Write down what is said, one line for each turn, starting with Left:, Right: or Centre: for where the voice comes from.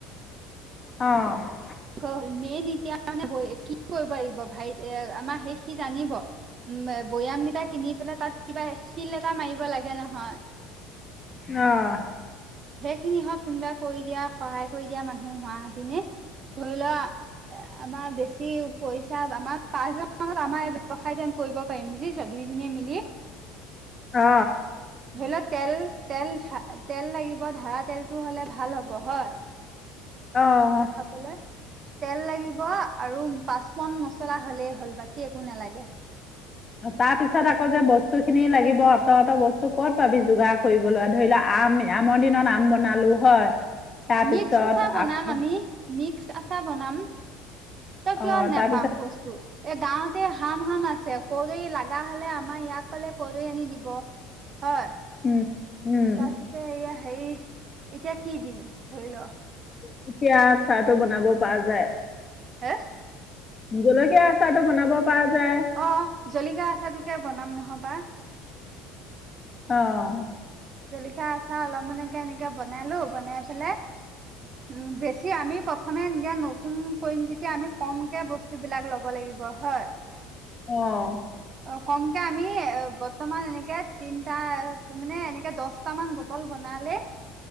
Left: অ'।
Right: কল মেইন এতিয়াে কি কৰিব লাগিব, ভাই এ, আমাৰ সেই সি জানিব। উ, বৈয়ামকেইটা কিনি পেলাই তাত কিবা চিল এটা মাৰিব লাগে নহয়।
Left: অ'।
Right: সেইখিনিহত কোনোবা কৰি দিয়া, সহায় কৰি দিয়া মানুহ হোৱাহতিনে ধৰি লোৱা এ, আমাৰ বেছি পইচা আমাৰ পাঁচ হাজাৰ মানত আমাৰ ব্যৱসায় কৰিব পাৰিম বুজিছা দুইজনীয়ে মিলিয়ে
Left: <inaudible> অ অ অ
Right: ধৰি তেল তেল তেল লাগিব ধাৰা তেলতটো হ'লে ভাল হ'ব হয়।
Left: অ',
Right: খাবলৈ তেল লাগিব আৰু পাচ মন মছলা হলেই হ'ল বাকী একো নালাগে।
Left: তাৰ পিছত আকৌ যে বস্তু খিনি লাগিব অত অঁত বস্তু ক'ত পাবি যোগাৰ কৰিব লোৱা ধৰি লোৱা আম আমৰ দিনত আম বনালো হয়। তাৰপিছত
Right: মিক্স চচা বনাম
Left: আকৌ
Right: আমি মিক্স আচাৰ বনাম তই কিয়
Left: অ
Right: নোপাম
Left: তাৰপিছত
Right: বস্তু এ গাঁৱতে হাম হাম আছে কৈ লগা হলে আমাৰ ইয়াক কলে কৈ আনি দিব হয়
Left: উম উম,
Right: তাৰিছতে এয়া হে এতিয়া কি দিন ধৰি ল
Left: যেতিয়া চাহটো বনাব পৰা যায়।
Right: হা
Left: জলকীয়া আচাৰ টো বনাব পৰা যায়
Right: অ', জলিকীয়া আচটোকে বনাম নহবা
Left: অ'
Right: জলিকা আচাৰ অলপ মানেকে এনেকে বনালো বনাই পেলাই উম বেছি আমি প্ৰথ প্ৰথমেতিয়া নতুন কৰিম যেতিয়া আমি কমকে বস্তুবিলাক ল'ব লাগিব হয়।
Left: অ',
Right: অ', কমকে আমি বৰ্তমান এনেকে তিনটা মানে এ এ দহটামান বটল বনালে